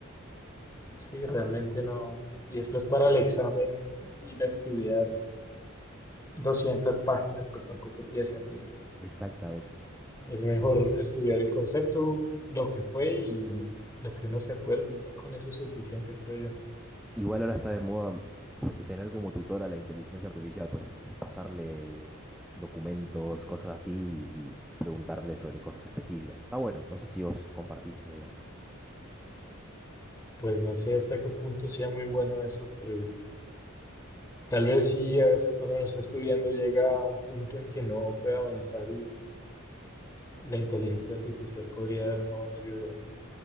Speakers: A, on the left (about 15°); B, in the centre.
A: Sí, realmente no. Y después para el examen ir a estudiar 200 páginas, pues tampoco tiene sentido.
B: Exactamente.
A: Es mejor estudiar el concepto, lo que fue y lo que uno se acuerde. Ya con eso es suficiente, creo yo.
B: Igual ahora está de moda s- tener como tutor a la inteligencia artificial, por ejemplo, pasarle documentos, cosas así y preguntarle sobre cosas específicas. Está bueno, no sé si vos compartís esa idea.
A: Pues no sé hasta qué punto sea muy bueno eso, pero Tal vez sí, a veces cuando uno está estudiando llega a un punto en que no puede avanzar y la inteligencia artificial podría dar una buena ayuda, ¿no?